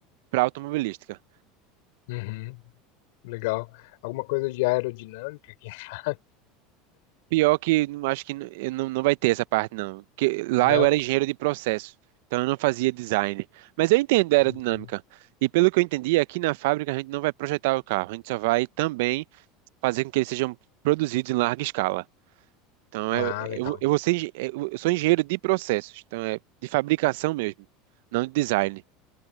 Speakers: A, on the right; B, on the left.
A: para a automobilística.
B: uhum, legal. Alguma coisa de aerodinâmica aqui? <laughs>
A: Pior que não- acho que n- eu não, não vai ter essa parte, não. Porque lá
B: Não?
A: eu era engenheiro de processo, então eu não fazia design. Mas eu entendo a aerodinâmica.
B: Uhum.
A: E pelo que eu entendi, aqui na fábrica a gente não vai projetar o carro, a gente só vai também fazer com que eles sejam produzidos em larga escala. Então
B: Ah,
A: é-
B: legal.
A: eu, eu, vou ser engen- é, eu eu sou engenheiro de processos, então é de fabricação mesmo, não de design.